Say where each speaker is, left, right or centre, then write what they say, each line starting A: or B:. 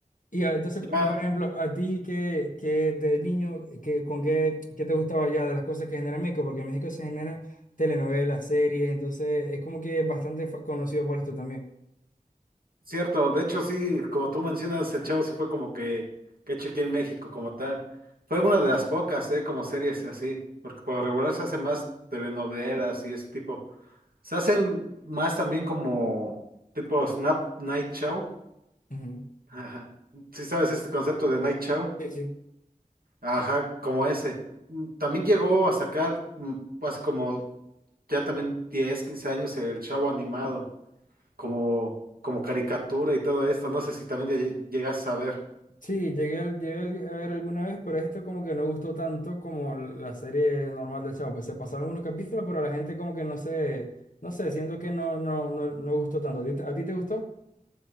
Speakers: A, on the left; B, on the right.
A: Y ah, entonces, por,
B: Ya,
A: por ejemplo, a ti que, que de niño, que, con qué, qué te gustaba ya de las cosas que genera México, porque en México se generan telenovelas, series, entonces es como que bastante fa- conocido por esto también.
B: cierto, de hecho sí, como tú mencionas, el Chavo sí fue como que, que hecho aquí en México como tal. Fue una de las pocas, ¿eh? Como series así, porque por lo regular se hacen más telenovelas y ese tipo. Se hacen más también como tipo Snap Night Show.
A: Ujú.
B: Ajá. Sí sabes este concepto de Night Show.
A: Sí, Sí.
B: Ajá, como ese. Mm, También llegó a sacar mm, hace como ya también 10, 15 años el Chavo animado, como, como caricatura y todo esto. No sé si también ya lle- llegas a ver.
A: Sí, llegué, al- llegué a ver alguna vez, pero esto como que no gustó tanto como la serie normal del Chavo. Pues se pasaron algunos capítulos, pero la gente como que no sé, no sé, siento que no, no, no, no gustó tanto. ¿A ti, te a ti te gustó?